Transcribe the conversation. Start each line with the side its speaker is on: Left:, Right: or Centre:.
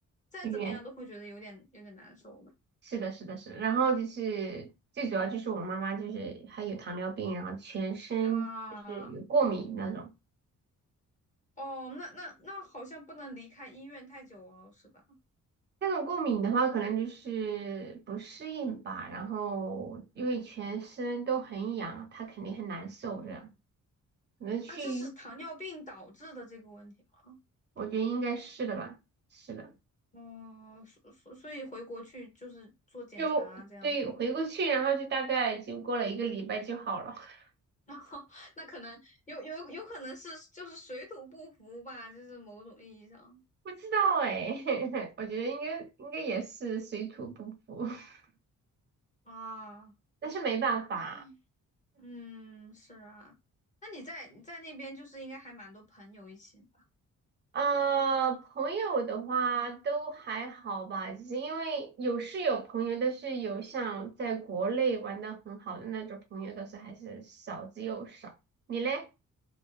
Left: 再怎么样都会觉得有点有点难受
Right: 语言是的，是的，是的。然后就是最主要就是我妈妈就是还有糖尿病，然后全身就是有过敏那种。
Left: 的啊。哦，那那那好像不能离开医院太久哦，是吧？
Right: 那种过敏的话，可能就是不适应吧。然后因为全身都很痒，她肯定很难受这样。可能去，
Left: 啊，这是糖尿病导致的这个问题吗？
Right: 我觉得应该是的吧。是的，
Left: 哦，所所所以回国去就是做检查啊，
Right: 就对，
Left: 这样子了。
Right: 回过去，然后就大概就过了一个礼拜就好了。<laughs>
Left: <laughs> 然后那可能有有有可能是就是水土不服吧，就是某种意义上
Right: 不知道哎、<laughs> 我觉得应该应该也是水土不服，<laughs>
Left: 啊。
Right: 但是没办法。
Left: 那嗯，是啊，那你在你在那边就是应该还蛮多朋友一起吧？
Right: 啊，朋友的话都还好吧，就是因为有是有朋友，但是有像在国内玩的很好的那种朋友，倒是还是少之又少。你嘞？